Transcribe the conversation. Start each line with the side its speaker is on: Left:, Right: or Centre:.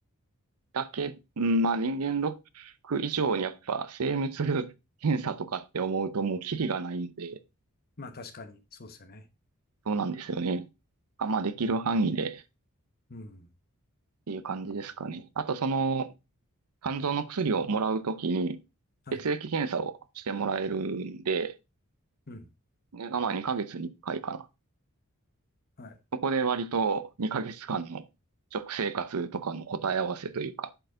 Right: だけ、うんまあ人間ドック以上にやっぱ精密検査とかって思うともうキリがないんで、
Left: まあ確かに、そうですよね。
Right: そうなんですよね。あ、まあできる範囲でっ
Left: うん。
Right: ていう感じですかね。あとその肝臓の薬をもらうときに
Left: はい。
Right: 血液検査をしてもらえるんで、
Left: うん。
Right: ねがまあ2ヶ月に1回かいかな。
Left: はい。
Right: そこで割と2ヶ月間の食生活とかの答え合わせというか、